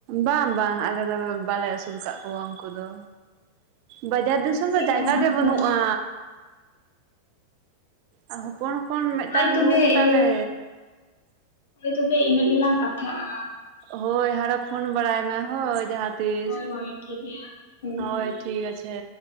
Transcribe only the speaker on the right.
ᱵᱟᱝ ᱵᱟᱝ ᱟᱞᱮ ᱫᱚ ᱵᱟᱞᱮ ᱟᱹᱥᱩᱞ ᱠᱟᱜ ᱠᱚᱣᱟ ᱩᱱᱠᱩ ᱫᱚ᱾ ᱵᱟᱡᱟᱨ ᱫᱤᱥᱚᱢ
ᱫᱚ ᱡᱟᱭᱜᱟ
ᱜᱮ ᱵᱟᱱᱩᱜᱼᱟ
ᱟᱨ ᱦᱚᱯᱚᱱ ᱯᱚᱱ ᱢᱤᱫᱴᱟᱝ
ᱨᱩᱢ ᱛᱟᱞᱮ
ᱦᱳᱭ ᱦᱟᱨᱚ ᱯᱷᱳᱱ ᱵᱟᱲᱟᱭ ᱢᱮ ᱦᱳᱭ ᱡᱟᱦᱟᱸᱛᱤᱥ
ᱦᱳᱭ ᱴᱷᱤᱠ ᱟᱪᱷᱮ᱾